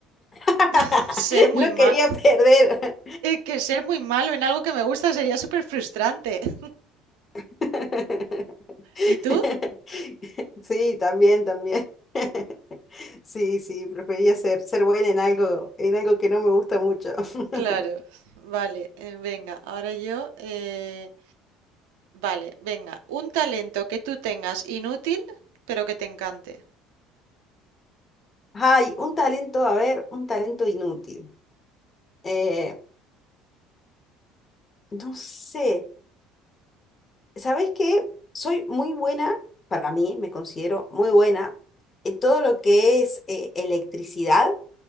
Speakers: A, on the left (about 35°); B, on the right (about 75°).
A: <laughs>
B: <laughs> ser muy
A: No
B: mal,
A: quería perder.
B: que ser muy malo en algo que me gusta sería súper frustrante. <laughs>
A: <laughs>
B: ¿Y tú?
A: Sí, también, también. <laughs> Sí, sí, prefería ser, ser buena en algo, en algo que no me gusta mucho. <laughs>
B: Claro, vale, eh, venga, ahora yo. eh, Vale, venga. Un talento que tú tengas inútil, pero que te encante.
A: Ay, un talento, a ver, un talento inútil. Eh, no sé, ¿sabés qué? Soy muy buena, para mí, me considero muy buena en todo lo que es eh, electricidad.